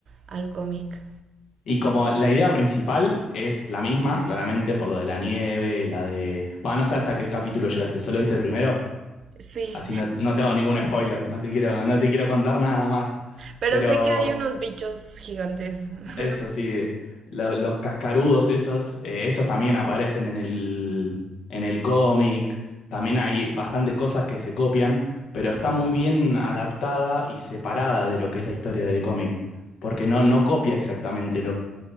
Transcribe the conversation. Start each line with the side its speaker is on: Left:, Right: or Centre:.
Right: al cómic?
Left: Y como la idea principal es la misma, claramente, por lo de la nieve, la de... Bueno, no sé hasta qué capítulo llegaste, ¿solo viste el primero?
Right: Sí,
Left: Así no, no te hago ningún spoiler, no te quiero, no te quiero contar nada más.
Right: pero
Left: Pero
Right: sé que hay unos bichos gigantes.
Left: eso
Right: <laughs>
Left: sí, lo- los cascarudos esos, eh, esos también aparecen en el, en el cómic. También hay bastantes cosas que se copian, pero está muy bien adaptada y separada de lo que es la historia del cómic. Porque no, no copia exactamente